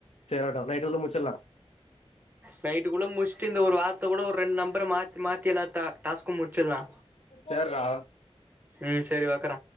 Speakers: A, on the left; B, on the right.
A: தேறோட்டோ நைட்டு வந்து முச்சிறலா
B: நைட்டுக்குள்ள முட்ச்சிட்டு இந்த ஒரு வார்த் து குள்ள ஒரு ரெண்டு நம்பர மாத்தி மாத்தி எல்லா டா டாஸ்கு முட்ச்சிலா
A: சேர்ரா
B: ம் செரி வெக்கற